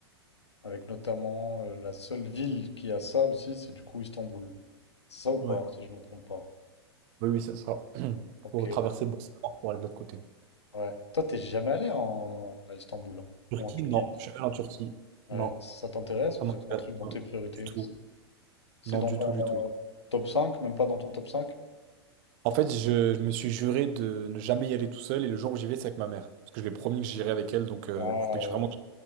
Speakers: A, on the left; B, on the right.
A: Avec notamment euh, la seule ville qui a ça aussi, c'est du coup Istanbul. C'est ça ou pas,
B: ouais.
A: si je me trompe pas?
B: Oui, oui, c'est ça. <clears throat>
A: Ok.
B: Faut traverser le Bosphore pour aller de l'autre côté.
A: Ouais. Toi, t'es jamais allé en... à Istanbul, hein,
B: Turquie?
A: Ou en Turquie?
B: Non. Je suis allé en Turquie.
A: Ouais.
B: Non.
A: Ça t'intéresse
B: Ça
A: ou
B: m'intéresse
A: c'est pas un truc dans
B: pas.
A: tes priorités?
B: Du tout.
A: C'est c'est
B: Non,
A: dans
B: du
A: ton
B: tout, du
A: euh,
B: tout.
A: top 5, même pas dans ton top cinq
B: En fait, je, je me suis juré de ne jamais y aller tout seul et le jour où j'y vais, c'est avec ma mère. Parce que je lui ai promis que j'irai avec elle, donc euh,
A: Ah ouais.
B: faudrait que j'ai vraiment